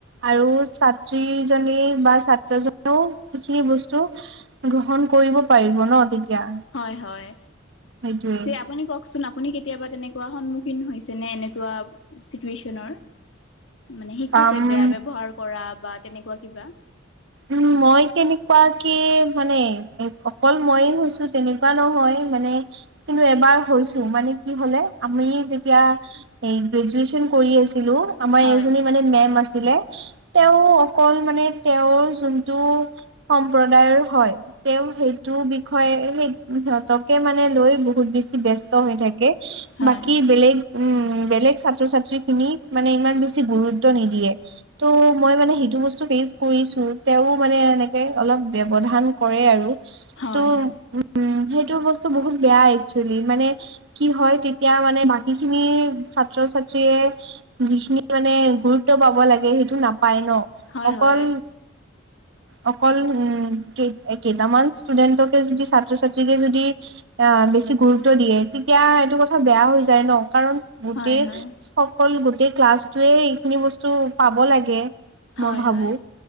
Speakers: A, on the right; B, on the left.
A: আৰু ছাত্ৰী জনী বা ছাত্ৰজনেও- খিনি বস্তু গ্ৰহণ কৰিব পাৰিব ন তেতিয়া।
B: হয় হয়,
A: সেইটোৱে
B: আপুনি কওকচোন- আপুনি কেতিয়াবা তেনেকুৱা সন্মুখীন হৈছে নে এনেকুৱা চিতুয়েচনৰ। মানে শিক্ষকে
A: পাম
B: বেয়া ব্যৱহাৰ কৰা বা তেনেকুৱা কিবা।
A: উম মই তেনেকুৱা কে মানে অকল মইয়ে হৈছোঁ তেনেকুৱা নহয় মানে, কিন্তু এবাৰ হৈছোঁ মানে কি হলে আমি যেতিয়া। হেই গ্ৰেজুৱেচন কৰি আছিলোঁ। আমাৰ
B: হয়
A: এজনী মানে মেম আছিলে তেওঁ অকল মানে তেওঁৰ যোনটো সম্প্ৰদায়ৰ হয় তেওঁ সেইটো বি হয় সেই সিহঁতকে মানে লৈ বহুত বেছি ব্যস্ত হৈ থাকে
B: হয়
A: বাকী বেলেগ উম বেলেগ ছাত্ৰ ছাত্ৰী খিনিক মানে ইমান বেছি গুৰুত্ব নিদিয়ে টো' মই মানে সেইটো বস্তু ফেচ কৰিছোঁ। তেওঁ মানে এনেকে অলপ ব্যৱধান কৰে আৰু
B: হয়
A: ত'
B: হয় হয়
A: উম সেইটো বস্তু বহুত বেয়া একচুৱেলি মানে কি হয় তেতিয়া মানে বাকী খিনি ছাত্ৰ ছাত্ৰীয়ে যিখিনি মানে গুৰুত্ব পাব লাগে সেইটো নাপায় ন
B: হয়
A: অকল অকল উম কেইটামান ষ্টুডেণ্টকে যদি ছাত্ৰ ছাত্ৰীক যদি আহ বেছি গুৰুত্ব দিয়ে তেতিয়া এইটো কথা বেয়া হৈ যায় ন কাৰণ গোটেই
B: হয় হয়
A: সকল গোটেই ক্লাছটোৱে এইখিনি বস্তু পাব লাগে। মই
B: হয়
A: ভাবো
B: হয়